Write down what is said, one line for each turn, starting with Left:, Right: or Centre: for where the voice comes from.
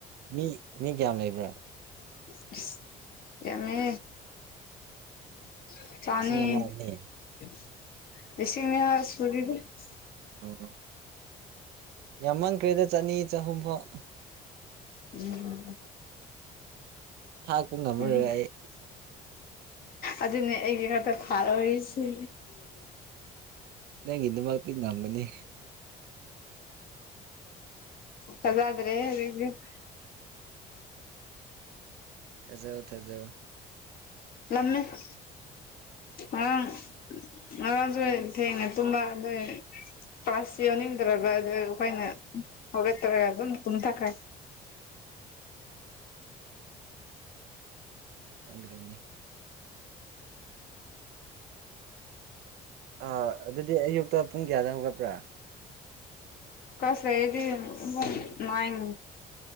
Right: ꯃꯤ ꯃꯤ ꯀꯌꯥꯝ ꯂꯩꯕ꯭ꯔꯥ
Left: <unintelligible> ꯌꯝꯃꯦ <unintelligible>
Right: ꯂꯤꯁꯤꯡ ꯑꯃ ꯑꯅꯤ ꯑꯣ ꯌꯥꯝꯃꯪꯈꯔ꯭ꯦꯗ ꯆꯅꯤ ꯆꯍꯨꯝꯐꯥꯎ
Left: ꯎꯝ
Right: ꯊꯥꯛꯄ ꯉꯝꯃꯔꯣꯏ
Left: ꯎꯝ
Right: ꯑꯩ
Left: ꯑꯗꯨꯅꯦ ꯑꯩꯒꯤ ꯈꯔ ꯈꯔ ꯐꯥꯔꯣꯔꯤꯁꯦ
Right: ꯅꯪꯒꯤ ꯗꯝꯛꯇꯤ ꯉꯝꯒꯅꯤ
Left: ꯆꯗꯗ꯭ꯔꯦ <unintelligible>
Right: ꯊꯖꯧ ꯊꯖꯧ
Left: ꯁꯁ <unintelligible> ꯉꯔꯥꯡ ꯉꯔꯥꯡ ꯁꯨ ꯊꯦꯡꯉꯦ ꯇꯨꯝꯕ ꯑꯗꯨꯏ ꯄꯥꯁꯁꯤ ꯌꯎꯅꯤꯡꯗ꯭ꯔꯕ ꯑꯗꯨ ꯑꯩꯈꯣꯏꯅ ꯍꯧꯒꯠꯇ꯭ꯔꯒ ꯑꯗꯨꯝ ꯇꯨꯝꯊꯈ꯭ꯔꯦ
Right: ꯑꯗꯗꯟꯅꯦ ꯑꯥ ꯑꯗꯨꯗꯤ ꯑꯌꯨꯛꯇ ꯄꯨꯡ ꯀꯌꯥꯗ ꯍꯧꯒꯠꯄ꯭ꯔꯥ
Left: ꯀ꯭ꯂꯥꯁ ꯂꯩꯔꯗꯤ ꯄꯨꯡ ꯅꯥꯏꯟ